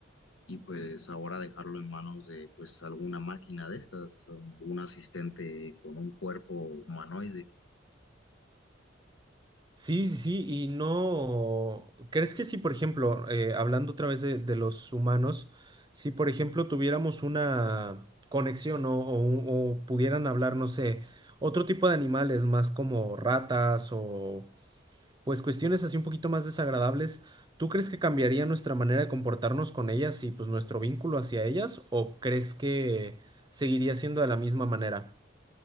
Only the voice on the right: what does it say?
Sí, sí, sí, y no, ¿crees que si, por ejemplo, eh, hablando otra vez de, de los humanos, si, por ejemplo, tuviéramos una conexión o, o un- o pudieran hablar, no sé, otro tipo de animales más como ratas o pues cuestiones así un poquito más desagradables, ¿tú crees que cambiaría nuestra manera de comportarnos con ellas y pues nuestro vínculo hacia ellas o crees que seguiría siendo de la misma manera?